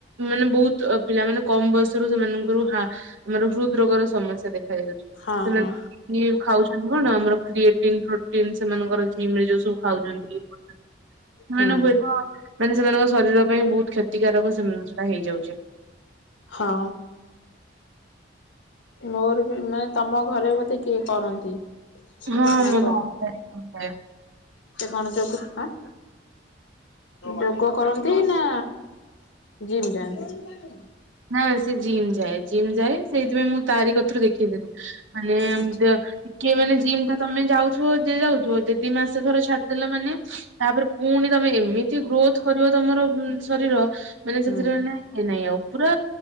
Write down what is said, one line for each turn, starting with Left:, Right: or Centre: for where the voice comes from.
Right: ମାନେ ବହୁତ ପିଲା ମାନେ କମ ବୟସରୁ ସେମାନଙ୍କର ହାର୍ଟ ମାନେ ହୃଦ ରୋଗର ସମସ୍ୟା ଦେଖା ଯାଉଛି,
Left: ହଁ
Right: ସେମାନେ
Left: ହଁ
Right: ଖାଉଛନ୍ତି କଣ ଆମର କ୍ରିଏଟିନ୍ ପ୍ରୋଟିନ୍ ସେମାନଙ୍କର ଜିମ୍ ରେ ଯୋଉ ସବୁ ଖାଉଛନ୍ତି, ସେମାନେ
Left: ହୁଁ
Right: ହୁଏତ ମାନେ ସେମାନଙ୍କ ଶରୀର ପାଇଁ ବହୁତ କ୍ଷତିକାରକ ସେଇଟା ହେଇଯାଉଛି।
Left: ହଁ। ମୋର ବି ମାନେ ତମ ଘରେ ବୋଧେ କିଏ କରନ୍ତି?
Right: ହଁ,
Left: ନା
Right: ମୋ ଭାଇ ଖାଇବା ବି କମ ଖାଇବା
Left: କେତେ କଣ ଯୋଗୁ, ଆଁ ଯୋଗ କରନ୍ତି, ନା ଜିମ୍ ଯାଆନ୍ତି?
Right: ନା, ସେ ଜିମ୍ ଯାଏ ଜିମ୍ ଯାଏ ସେଇଥିପାଇଁ ମୁଁ ତାରି କତିରୁ ଦେଖେଇଦେଲିି, ମାନେ ଏମିତିଆ
Left: ଆଚ୍ଛା
Right: କିଏ ମାନେ ଜିମ୍ ଟା ତମେ ଯାଉଥିବ ଯେ ଯାଉଥିବ ଯଦି ଦିମାସେ ଧର ଛାଡିଦେଲ ମାନେ ତାପରେ, ପୁଣି ତମେ ଏମିତି ଗ୍ରୋଥ କରିବ ତମର ଶରୀର ମାନେ
Left: ହୁଁ
Right: ସେଥିରେ ମାନେ ସେ ନାଇଁ ଆଉ ପୁରା